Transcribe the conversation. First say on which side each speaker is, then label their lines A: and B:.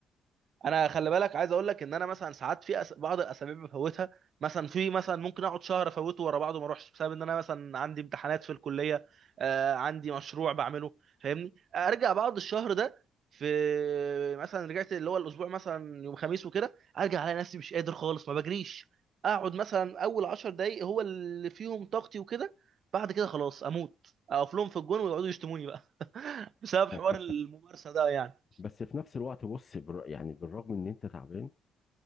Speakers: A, on the right; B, on the left.
A: انا خلي بالك عايز اقول لك ان انا مثلا ساعات في أس... بعض الاسابيع بفوتها مثلا في مثلا ممكن اقعد شهر افوته ورا بعضه ما اروحش بسبب ان انا مثلا عندي امتحانات في الكليه آه عندي مشروع بعمله فاهمني ارجع بعد الشهر ده في مثلا رجعت اللي هو الاسبوع مثلا يوم خميس وكده ارجع الاقي نفسي مش قادر خالص ما بجريش اقعد مثلا اول عشر دقايق هو اللي فيهم طاقتي وكده بعد كده خلاص اموت اقف لهم في الجون ويقعدوا يشتموني بقى <laughs> بسبب
B: <laughs>
A: حوار الممارسه ده يعني
B: بس في نفس الوقت بص بر... يعني بالرغم ان انت تعبان